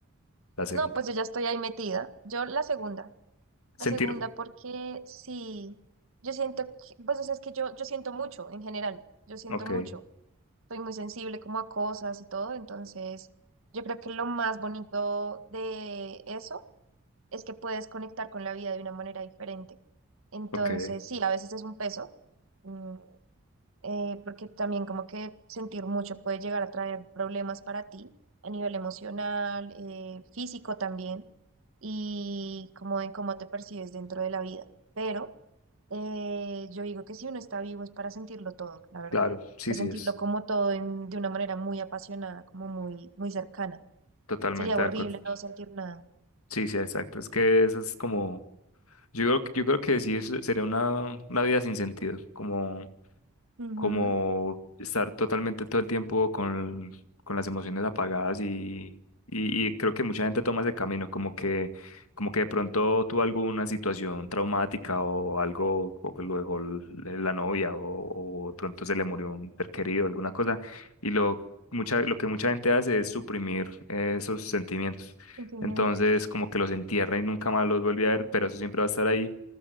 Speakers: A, on the left; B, on the right.
A: la segunda.
B: No, pues yo ya estoy ahí metida. Yo la segunda,
A: Sentir,
B: la segunda porque sí, yo siento, que- pues o sea, es que yo, yo siento mucho en general, yo siento
A: ok,
B: mucho. soy muy sensible como a cosas y todo, entonces yo creo que lo más bonito de eso es que puedes conectar con la vida de una manera diferente. Entonces,
A: ok,
B: sí, a veces es un peso, mm, eh, porque también como que sentir mucho puede llegar a traer problemas para ti a nivel emocional, eh, físico también, y como en cómo te percibes dentro de la vida. Pero eh, yo digo que si uno está vivo es para sentirlo todo, la verdad.
A: claro,
B: O
A: sí,
B: sea,
A: sí,
B: sentirlo
A: es
B: como todo en- de una manera muy apasionada, como muy, muy cercana.
A: totalmente
B: Sería horrible
A: de acuerdo.
B: no sentir nada.
A: Sí, sí, exacto. Es que eso es como, yo creo, que- yo creo que sí, eso sería una, una vida sin sentido, como
B: Ujú,
A: como estar totalmente todo el tiempo con, con las emociones apagadas y, y, y creo que mucha gente toma ese camino, como que, como que de pronto tuvo alguna situación traumática o algo, o que lo dejó l- la novia o, o de pronto se le murió un ser querido, alguna cosa, y lo, mucha, lo que mucha gente hace es suprimir eh, esos sentimientos.
B: Sentimientos.
A: Entonces, como que los entierra y nunca más los vuelve a ver, pero eso siempre va a estar ahí